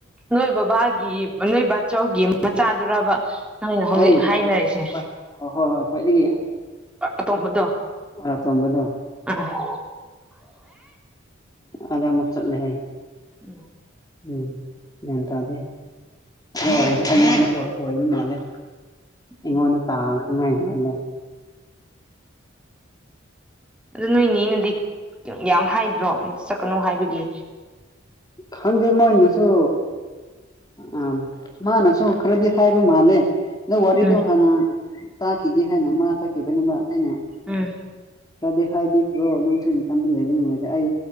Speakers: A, in the centre; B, on the left.
A: ꯅꯣꯏ ꯕꯕꯥꯒꯤ ꯅꯣꯏ ꯕꯥꯆꯧꯒꯤ ꯃꯆꯥꯗꯨꯔꯕ꯫ ꯅꫭꯏꯅ ꯍꯧꯖꯤꯛ
B: ꯍꯣꯏꯅꯦ
A: ꯍꯥꯏꯅꯔꯤꯁꯦ
B: ꯍꯣꯏ ꯍꯣꯏ ꯍꯣꯏ ꯍꯣꯏ ꯍꯣꯏ ꯈ꯭ꯋꯥꯏꯗꯒꯤ
A: ꯑꯇꯣꯝꯕꯗꯣ
B: ꯑ ꯇꯣꯝꯕꯗꫭ
A: ꯑꯥ
B: ꯑꯗ ꯑꯃꯨꯛ ꯆꯠꯂꯦ ꯍꯥꯏ
A: ꯎꯝ
B: ꯎꯝ ꯒ꯭ꯌꯥꯟ ꯇꯥꯗꯦ <unintelligible> ꯑꯣꯏꯕ ꯃꯥꯜꯂꯦ ꯏꯉꯣꯟꯅ
A: ꯎꯝ
B: ꯇꯥꯅ <unintelligible>
A: ꯑꯗꯨ ꯅꯣꯏꯅꯦꯅꯗꯤ ꯌꯥꯝ ꯍꯥꯏꯗ꯭ꯔꯣ ꯑꯩ ꯆꯠꯀꯅꯨ ꯍꯥꯏꯕꯒꯤ
B: ꯈꯪꯗꯦ ꯃꯣꯏꯅꯁꯨ ꯑ ꯃꯥꯅꯁꯨ ꯈꯔꯗꯤ ꯍꯥꯏꯕ ꯃꯥꯜꯂꯦ ꯑꯗꯣ ꯋꯥꯔꯤꯗꯣ
A: ꯎꯝ
B: ꯍꯥꯟꯅ ꯇꯥꯈꯤꯒꯦ ꯍꯥꯏꯅ ꯃꯥ ꯆꯠꯈꯤꯕꯅꯦꯕ ꯑꯩꯅ
A: ꯎꯝ꯫
B: ꯈꯔꯗꯤ ꯍꯥꯏꯕꯤꯈ꯭ꯔꯣ ꯅꯪꯁꯨꯨ ꯃꯊꯟꯗ ꯂꯩꯕ ꯅꯨꯡꯉꯥꯏꯗꯦ ꯑꯩ